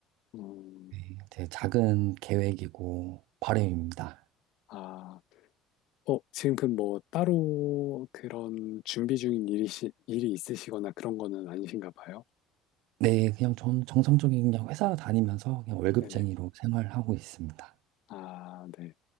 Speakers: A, on the left; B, on the right.
A: 음,
B: 네, 제 작은 계획이고 바람입니다.
A: 아, 어, 지금 그 뭐 따로 그런 준비 중인 일이, 일이 있으시거나 그런 거는 아니신가 봐요.
B: 네, 그냥 좀 정상적인 그냥 회사 다니면서 그냥 월급쟁이로
A: 네네.
B: 생활하고 있습니다.
A: 아, 네.